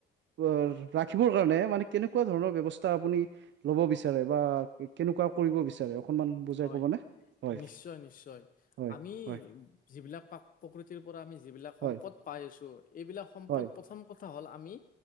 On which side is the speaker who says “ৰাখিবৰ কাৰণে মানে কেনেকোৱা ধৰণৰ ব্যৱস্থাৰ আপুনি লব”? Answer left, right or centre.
Right